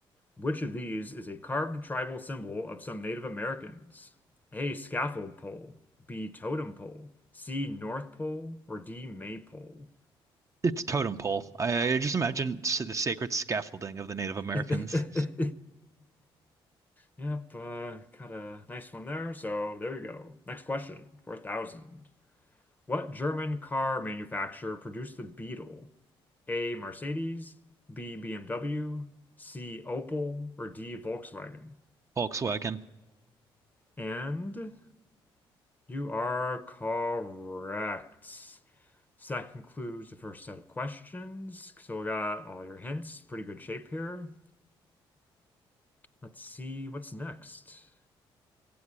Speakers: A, on the left; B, on the right.
A: Which of these is a carved tribal symbol of some Native Americans? A. Scaffold pole. B. Totem pole. C. North pole. Or D. Maypole.
B: It's totem pole. I, I just imagine s- the sacred scaffolding of the Native Americans.
A: <laughs> Yep, uh, got a nice one there. So there you go. Next question, 4,000. What German car manufacturer produced the Beetle? A. Mercedes, B. BMW, C. Opel, or D. Volkswagen.
B: Volkswagen.
A: And you are correct. So that concludes the first set of questions. So we got all your hints. Pretty good shape here. Let's see what's next.